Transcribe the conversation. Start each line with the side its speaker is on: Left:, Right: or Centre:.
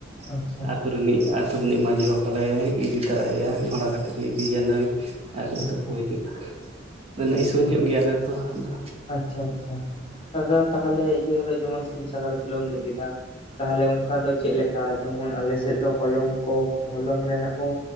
Right: ᱾
Left: ᱟᱪᱪᱷᱟ
Right: ᱟᱹᱛᱳ ᱨᱤᱱᱤᱡ ᱟᱨ ᱟᱛᱳ ᱨᱤᱱᱤᱡ ᱢᱟᱺᱡᱷᱤ ᱵᱟᱵᱟᱞᱮ ᱤᱫᱤ ᱛᱟᱨᱟᱭ ᱭᱟ ᱜᱷᱚᱲᱟ ᱠᱟᱛᱮᱫ ᱞᱮ ᱤᱫᱤᱭᱟ ᱱᱟᱹᱭ ᱾ ᱟᱨᱞᱮ
Left: ᱟᱪᱪᱷᱟ
Right: ᱛᱳᱯᱳ ᱦᱤᱡᱩᱜᱼᱟ, ᱟᱫᱚ ᱱᱟᱹᱭ
Left: ᱟᱪᱪᱷᱟ ᱟᱪᱪᱷᱟ
Right: ᱥᱩᱨ ᱧᱚᱜ ᱜᱮᱭᱟᱞᱮ ᱛᱚ ᱟᱫᱚ᱾
Left: ᱟᱪᱪᱷᱟ ᱟᱪᱪᱷᱟ, ᱫᱟᱫᱟ ᱛᱟᱦᱚᱞᱮ ᱤᱭᱟᱹ ᱦᱤᱞᱳᱜ ᱡᱮᱢᱚᱱ ᱥᱤᱢ ᱥᱟᱠᱨᱟᱛ ᱦᱤᱞᱳᱜ ᱮᱢ ᱞᱟᱹᱭ ᱠᱮᱫᱟ ᱛᱟᱦᱚᱞᱮ ᱚᱝᱠᱟ ᱫᱚ ᱪᱮᱫ ᱞᱮᱠᱟ? ᱡᱮᱢᱚᱱ ᱟᱞᱮ ᱥᱮᱫ ᱫᱚ ᱦᱚᱞᱚᱝ ᱠᱚ ᱦᱚᱞᱚᱝ ᱨᱮᱱᱟᱜ ᱠᱚ